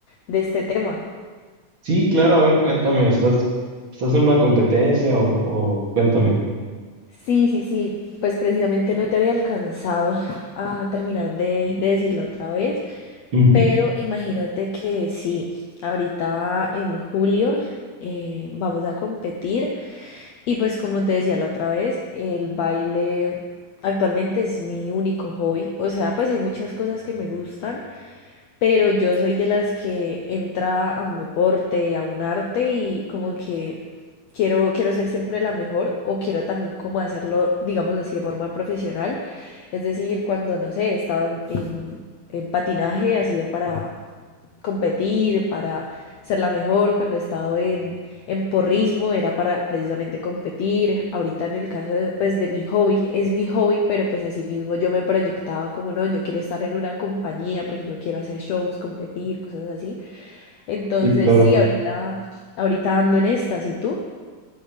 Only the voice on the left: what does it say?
de este tema.
Sí, sí, sí. Pues precisamente no te había alcanzado a terminar de, de decirlo otra vez.
Pero imagínate que sí, ahorita en julio eh, vamos a competir y pues como te decía la otra vez, el baile actualmente es mi único hobby. O sea, pues hay muchas cosas que me gustan, pero yo soy de las que entra a un deporte, a un arte y como que quiero, quiero ser siempre la mejor o quiero también como hacerlo, digámoslo así, de forma profesional. Es decir, cuando, no sé, he estado en, en- en patinaje, ha sido para competir, para ser la mejor. Cuando he estado en, en porrismo era para precisamente competir. Ahorita en el caso de, pues, de mi hobby, es mi hobby, pero pues así mismo yo me proyectaba como no, yo quiero estar en una compañía porque yo quiero hacer shows, competir, cosas así. Entonces
sí, ahorita, ahorita ando en estas. ¿Y tú?